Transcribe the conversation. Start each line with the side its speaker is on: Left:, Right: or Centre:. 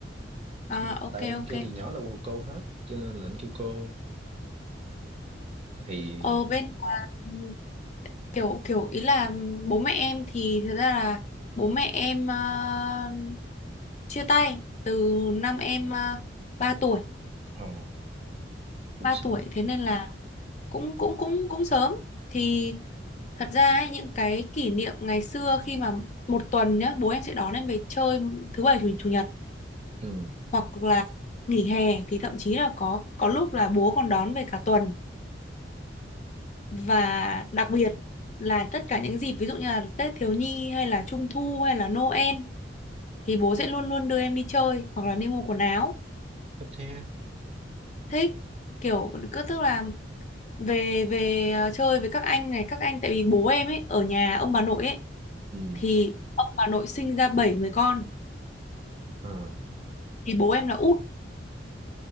Left: À,
Right: Nhưng mà
Left: ok
Right: tại anh
Left: ok.
Right: kêu từ nhỏ là cô hết cho nên là anh kêu cô thì
Left: Ở bên là, ừm, kiểu kiểu ý là bố mẹ em thì thật ra là bố mẹ em ờ, chia tay từ năm em uh, 3 tuổi,
Right: ờ cũng
Left: 3
Right: sớm
Left: tuổi thế nên là cũng cũng cũng cũng sớm. Thì thật ra ấy, những cái kỷ niệm ngày xưa khi mà một tuần nhá, bố em sẽ đón em về chơi thứ bảy chủ, chủ nhật
Right: ừ
Left: hoặc là nghỉ hè thì thậm chí là có có lúc là bố còn đón về cả tuần. và đặc biệt là tất cả những dịp ví dụ như là Tết thiếu nhi hay là Trung thu hay là Noel thì bố sẽ luôn luôn đưa em đi chơi hoặc là đi mua quần áo
Right: thích ha
Left: thích kiểu cứ tức là về về ờ, chơi với các anh này các anh tại vì bố em ấy ở nhà ông bà nội ấy
Right: ừ
Left: thì ông bà nội sinh ra 7 người con
Right: à
Left: thì bố em là út